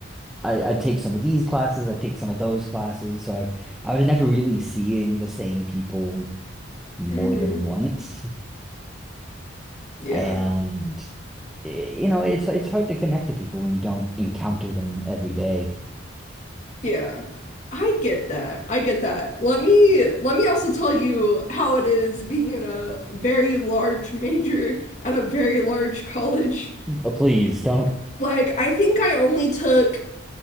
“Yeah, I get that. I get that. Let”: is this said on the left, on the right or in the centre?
Left